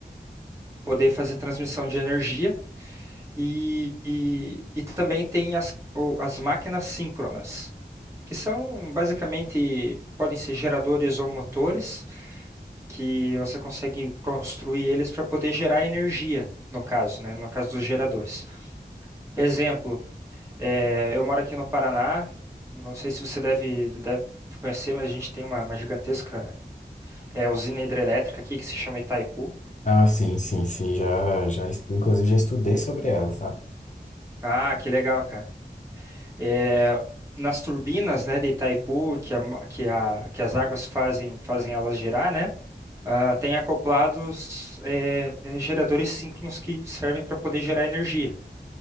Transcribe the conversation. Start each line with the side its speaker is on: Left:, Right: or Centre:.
Right: poder fazer transmissão de energia e, e, e também tem as, o- as máquinas síncronas, que são basicamente podem ser geradores ou motores que você consegue construir eles para poder gerar energia, no caso, né? No caso dos geradores. Exemplo, eh, eu moro aqui no Paraná, não sei se você deve, deve conhecer, mas a gente tem uma, uma gigantesca eh, usina hidrelétrica aqui que se chama Itaipu.
Left: Ah, sim, sim, sim. Já, já, es- inclusive, já estudei sobre ela, sabe?
Right: Ah, que legal, cara. É, nas turbinas, né, de Itaipu, que, a, que, a, que as águas fazem, fazem elas girar, né, ah, tem acoplados é, geradores síncronos que servem para poder gerar energia.